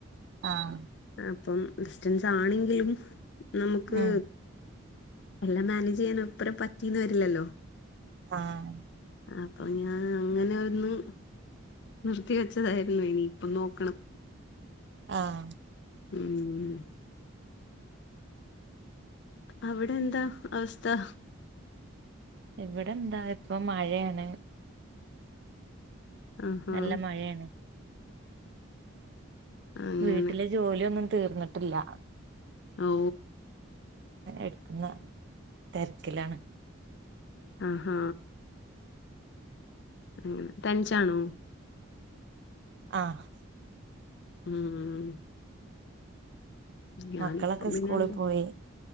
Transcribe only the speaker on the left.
ആ അപ്പം, ഡിസ്റ്റൻസ് ആണെങ്കിലും, നമുക്ക്
എല്ലാം മാനേജ് ചെയ്യാൻ ഒപ്പരം പറ്റീന്ന് വരില്ലല്ലോ.
അപ്പൊ ഞാൻ അങ്ങനെ ഒന്നും നിർത്തിവെച്ചതായിരുന്നു ഇനി ഇപ്പം നോക്കണം.
ഉം മ്മ് അവിടെ എന്താ അവസ്ഥ?
ആഹാ
അങ്ങനെ
ഓ
ആഹ് ഹാ മ്മ് തനിച്ചാണോ?
ഉം ഞാനിപ്പം
പിന്നെ
എന്റെറെ